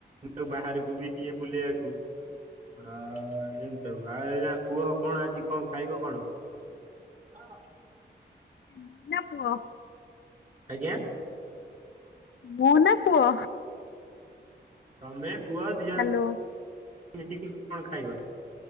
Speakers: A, on the right; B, on the left.
A: ମୁଁ ବାହାରକୁ ବି ନିଏ ବୁଲେଇବାକୁ। ଆଉ ଏମିତି ସବୁ ଆଉ ଏ ପୁଅ କଣ ଆଜି କଣ ଖାଇବ କଣ? ହଁ।
B: ମୁଁ ନା ପୁଅ
A: ଆଜ୍ଞା।
B: ମୁଁ ନା ପୁଅ।
A: ତମେ ପୁଅ ଦିଅ
B: ହ୍ୟାଲୋ।
A: ଜଣ ମିଶିକି କଣ ଖାଇବ।